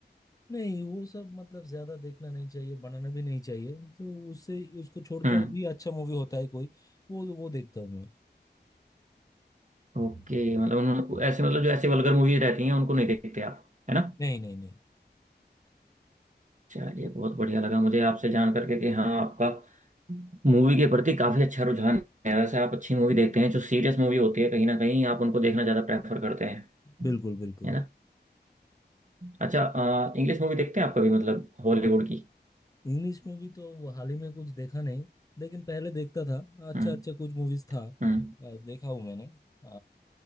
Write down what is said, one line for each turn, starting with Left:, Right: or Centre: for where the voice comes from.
Left: नहीं वो सब मतलब ज्यादा देखना नहीं चाहिए बनाना भी नहीं चाहिए तो उससे उसको छोड़कर
Right: हम्म
Left: भी अच्छा मूवी होता है कोई वो वो देखता हूँ मैं
Right: ओके मतलब उन्होंने ऐसे मतलब जो ऐसी वल्गर मूवीज रहती हैं उनको नहीं देखते आप है ना
Left: नहीं नहीं नहीं
Right: चलिए बहुत बढ़िया लगा मुझे आपसे जान करके कि हाँ आपका मूवी के प्रति काफी अच्छा रुझान है वैसे आप अच्छी मूवी देखते हैं जो सीरियस मूवी होती है कहीं ना कहीं आप उनको देखना ज्यादा प्रेफर करते हैं
Left: बिल्कुल बिल्कुल
Right: है ना अच्छा इंग्लिश मूवी देखते हैं आप कभी मतलब हॉलीवुड की
Left: इंग्लिश मूवी तो हाल ही में कुछ देखा नहीं लेकिन पहले देखता था अच्छा
Right: हम्म
Left: अच्छा कुछ मूवीज था अ,
Right: हम्म
Left: देखा हूँ मैंने अ,